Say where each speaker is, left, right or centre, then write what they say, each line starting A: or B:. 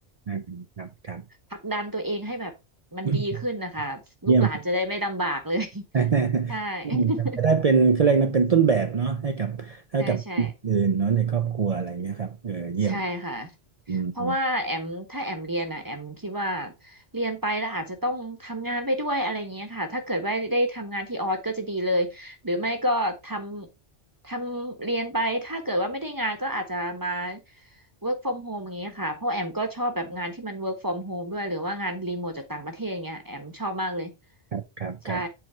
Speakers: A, on the right (about 40°); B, on the right (about 20°).
A: อืมอืมครับครับ
B: ผลักดันตัวเองให้แบบมันดีขึ้นนะคะลูกหลานจะได้ไม่ลำบากเลย
A: อืมเยี่ยม <laughs> เลย <laughs>
B: ใช่ <laughs>
A: อืมครับจะได้เป็นคือเรียกนะเป็นต้นแบบเนาะให้กับให้กับคนอื่นเนาะในครอบครัวอะไรเงี้ยครับเออเยี่ยม
B: ใช่ใช่ใช่ค่ะ
A: อืมอืม
B: เพราะว่าแอมถ้าแอมเรียนอ่ะแอมคิดว่าเรียนไปแล้วอาจจะต้องทำงานไปด้วยอะไรเงี้ยค่ะถ้าเกิดว่าได้ทำงานที่ออสก็จะดีเลยหรือไม่ก็ทำทำเรียนไปถ้าเกิดว่าไม่ได้งานก็อาจจะมา work from home อย่างเงี้ยค่ะเพราะแอมก็ชอบแบบงานที่มัน work from home ด้วยหรือว่างานรีโมทจากต่างประเทศอย่างเงี้ยแอมชอบมากเลย
A: ครับครับครับ
B: ใช่